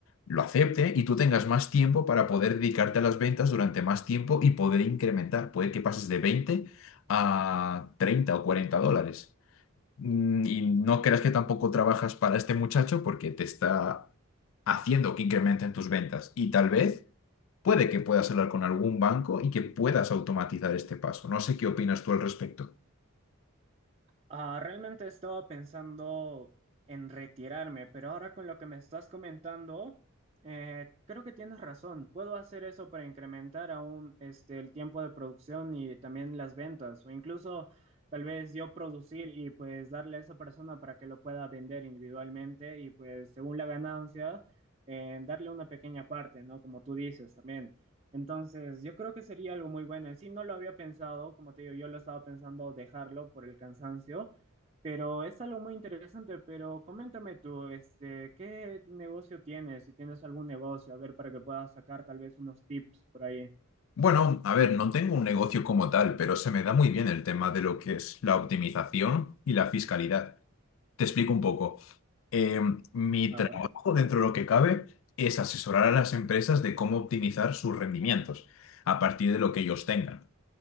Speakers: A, on the left; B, on the right.
A: lo acepte y tú tengas más tiempo para poder dedicarte a las ventas durante más tiempo y poder incrementar. Puede que pases de veinte a treinta o cuarenta dólares. Mm, Y no creas que tampoco trabajas para este muchacho porque te está haciendo que incrementen tus ventas. Y tal vez puede que puedas hablar con algún banco y que puedas automatizar este paso. No sé qué opinas tú al respecto.
B: Ah, realmente estaba pensando en retirarme, pero ahora con lo que me estás comentando, eh, creo que tienes razón. Puedo hacer eso para incrementar aún este, el tiempo de producción y también las ventas, o incluso tal vez yo producir y pues darle a esa persona para que lo pueda vender individualmente y pues según la ganancia, eh, darle una pequeña parte, ¿no? Como tú dices también. Entonces, yo creo que sería algo muy bueno. En sí, no lo había pensado, como te digo, yo lo estaba pensando dejarlo por el cansancio, pero es algo muy interesante. Pero coméntame tú, este, ¿qué negocio tienes? Si tienes algún negocio, a ver, para que puedas sacar tal vez unos tips por ahí.
A: Bueno, a ver, no tengo un negocio como tal, pero se me da muy bien el tema de lo que es la optimización y la fiscalidad. Te explico un poco. Eh, mi
B: A
A: trabajo,
B: ver.
A: dentro de lo que cabe, es asesorar a las empresas de cómo optimizar sus rendimientos a partir de lo que ellos tengan.